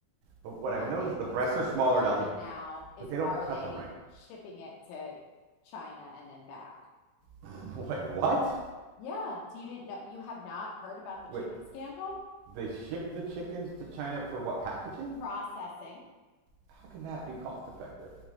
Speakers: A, on the right; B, on the left.
A: But
B: My
A: what I've noticed,
B: main
A: the
B: concern
A: breasts are smaller
B: with the chicken
A: at Aldi,
B: now is
A: but they don't
B: are
A: cut
B: they
A: them right.
B: shipping it to China and then back?
A: <laughs> Wait, what?
B: Yeah. So you didn't know, you have not heard about the
A: Wait,
B: chicken scandal?
A: they ship the chickens to China for what packaging?
B: Processing.
A: How can that be cost effective?